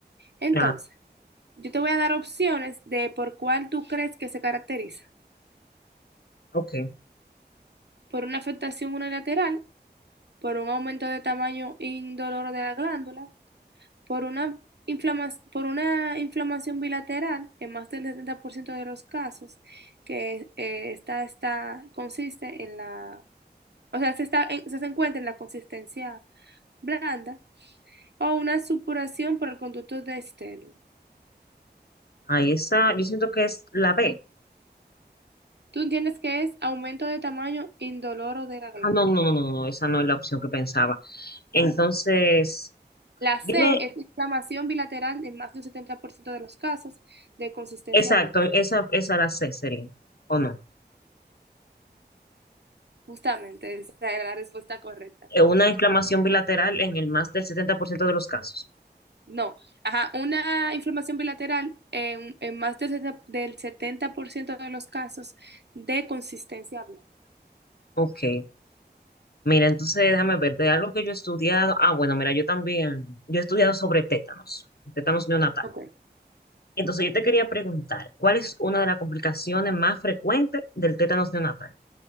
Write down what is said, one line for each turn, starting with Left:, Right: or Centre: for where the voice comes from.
Right: Entonces,
Left: Ah,
Right: Yo te voy a dar opciones de por cuál tú crees que se caracteriza.
Left: ok.
Right: Por una afectación unilateral, por un aumento de tamaño indoloro de la glándula, por una inflama- por una inflamación bilateral, en más del 70% de los casos, que eh, esta, esta consiste en la, o sea, se, está en- se encuentra en la consistencia blanda, o una supuración por el conducto de esteno.
Left: Ahí esa, yo siento que es la B.
Right: ¿Tú entiendes que es aumento de tamaño indoloro de la glándula?
Left: Ah, no, no, no, no, no, esa no es la opción que pensaba. Entonces,
Right: La C
Left: dime,
Right: es inflamación bilateral en más de un 70% de los casos de consistencia
Left: Exacto,
Right: blanca.
Left: esa, esa la C sería, ¿o no?
Right: Justamente, esa era la respuesta correcta.
Left: Eh, Una inflamación bilateral en el más del 70% de los casos.
Right: No, ajá, una inflamación bilateral en, en más del setenta del 70% de los casos de consistencia blanca.
Left: Ok, mira, entonces déjame ver, de algo que yo he estudiado, ah, bueno, mira, yo también, yo he estudiado sobre tétanos, tétanos neonatal.
Right: Okay.
Left: Entonces yo te quería preguntar, ¿cuál es una de las complicaciones más frecuentes del tétanos neonatal?